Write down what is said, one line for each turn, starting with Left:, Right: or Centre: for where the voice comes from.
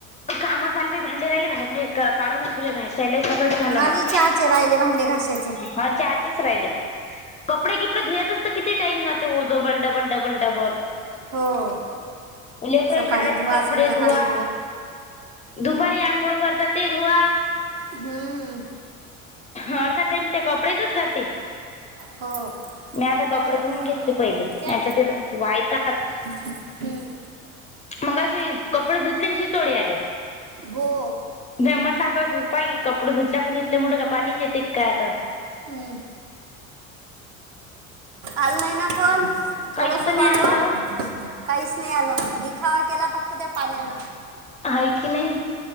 Left: काम चाल भांडे राहिले भांडे काढून खुले घाशाले सगळंच झालं
Right: माली
Left: मग
Right: चहाचे राहिले भांडे घाशाचे
Left: हा चाहाचेज राहिले कपडे किपडे धुयातच तर किती टाइम जाते डबल डबल डबल डबल
Right: हो
Left: लेकरे
Right: सकाळी
Left: शाळेचे
Right: धुवा
Left: कपडे
Right: संध्याकाळी
Left: धुवा दुपारी आंघोळ करतात ते धुवा
Right: हम्म
Left: अर्धा टाईम त्या कपडेेतच जाते.
Right: हो
Left: मी आता
Right: काय
Left: कपडे धुवून घेतले पहिले.
Right: चहा
Left: म ते वायताच
Right: हम्म.
Left: मंगाशी अ कपडे धुतले आणि शितोडे आले.
Right: हो
Left: नाही म्हटलं आता पाही कपडे धुतल्या पण इथले काय पाणीच यते काय आता?
Right: हम्म. आलं नाही ना पण.
Left: काहीच
Right: थोडसच
Left: तर नाही
Right: आल.
Left: आलं
Right: काहीच नाही आलं दिखावा केला फक्त त्या पाण्यान
Left: हाय की नही